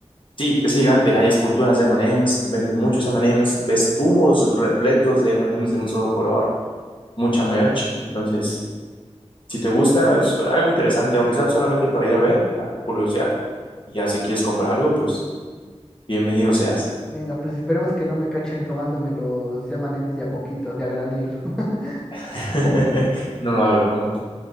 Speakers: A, on the left; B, in the centre.
A: sí, es gigante. Hay esculturas de M&M's, venden muchos M&M's, ves tubos repletos de M&M's de un solo color, mucha merch. Entonces, Si te gusta, es algo interesante, aunque sea solamente para ir a ver, a curiosear. Y ya si quieres comprar algo, pues bienvenido seas.
B: Venga, pues esperemos que no me cachen robándome los M&M's de a poquitos, de a granel. <laughs>
A: <laughs> No lo haga, compa.